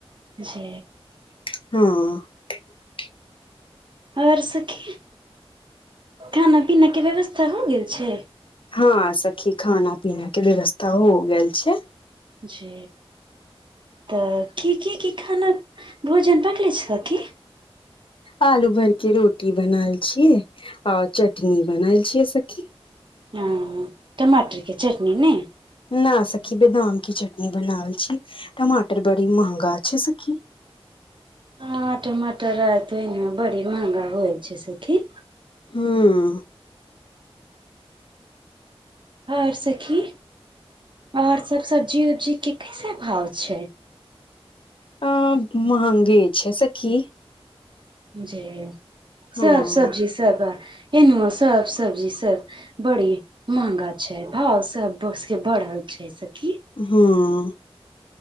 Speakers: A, on the right; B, on the left.
A: जे
B: हँ
A: आर सखी खाना पीना के व्यवस्था हो गेल छै
B: हँ सखी खाना पीना के व्यवस्था हो हो गेल छै
A: जी तऽ की की की खाना भोजन पकले छ की
B: आलू भर के रोटी बनायल छियै आ चटनी बनल छियै सखी
A: हँ टमाटर के चटनी ने
B: न सखी बेदाम के चटनी बनावल छी टमाटर बड़ी महगा छै सखी
A: हँ टमाटर आत में बड़ी महगा होइल छै सखी
B: हँ
A: आओर सखी आओर सब सब्जी जी के कैसे भाव छै
B: हं महंगे छै सखी
A: जे
B: हँ
A: सब सब्जी सब एनेहु सब सब्जी सब बड़ी महंगा छै भाव सब वस्तु के बढ़ल छै सखी
B: हँ